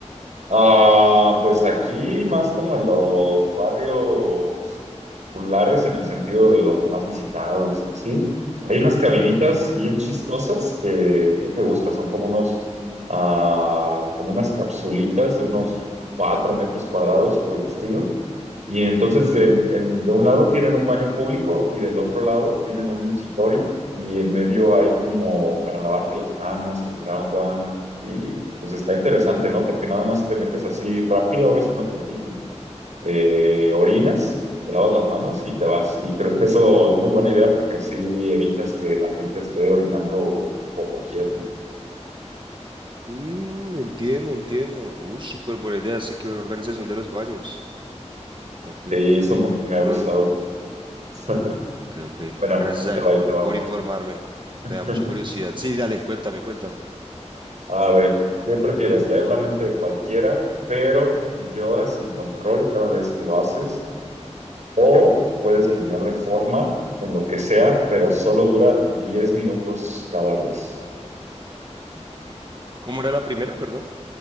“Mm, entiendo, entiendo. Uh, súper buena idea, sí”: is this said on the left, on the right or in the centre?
Right